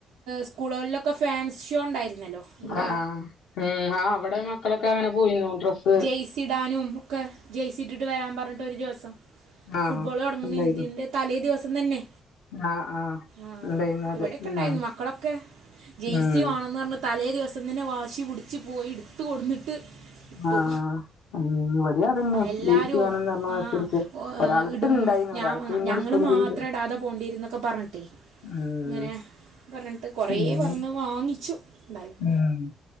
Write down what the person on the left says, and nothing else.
ആഹ് ഉം ആഹ് അവിട മക്കളൊക്കെ അങ്ങനെ പോയിനു ഡ്രസ്
ആഹ്
ഉണ്ടായിരുന്നു
ആഹ് ആഹ്
ഉണ്ടായിരുന്നു അത്
ഉം
ഉം
ആഹ് ഉം ഇവിടേം അതന്നെ
ജെയ്സി വേണംന്ന് പറഞ്ഞ് വാശിപിടിച്ച്
ഒരാളെടുത്ത്
ഇണ്ടായിന്നു
ഒരാൾക്ക് പിന്നെ
എടുക്കും
ചെയ്തു
ഉം
അങ്ങനെ
ഉം